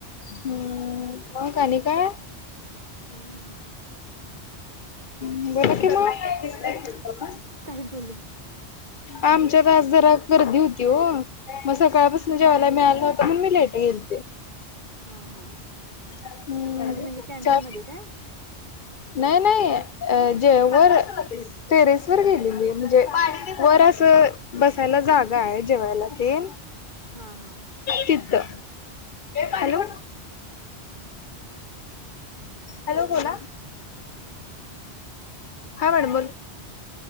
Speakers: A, on the left (about 55°); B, on the right (about 45°).
A: हम्म मग आणी काय?
B: काय नाय.
A: म बोला कि म
B: काय बोलू?
A: आमच्यात आज जरा गर्दी होती हो,, मग सकाळपासनं जेवायला मिळालं नव्हतं म्हणून मी लेट गेल
B: हा हा
A: हम्म
B: खाली म्हणजे कॅन्टीन
A: च्या
B: मध्ये काय
A: नाही नाही अ
B: ह
A: जे वर टेरेस वर गेलेली म्हजे वर असं बसायला जागा आहे जेवायला तेन
B: हा हा
A: तिथं
B: हा
A: हॅलो
B: हा
A: हॅलो बोला हा मॅडम बोल